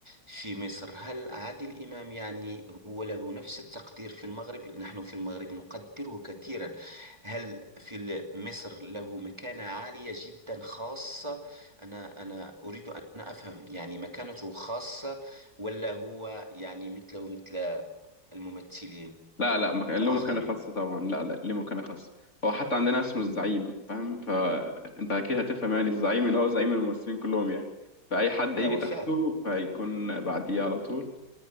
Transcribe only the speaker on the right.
في مصر هل عادل إمام يعني هو له نفس التقدير في المغرب نحن في المغرب نقدره كثيرا هل في ال- مصر له مكانة عالية جدا خاصة أنا أنا أريد أن أفهم يعني مكانته خاصة ولا هو يعني مثله مثل الممثلين
الآخرين
مم.
لا
وفعلا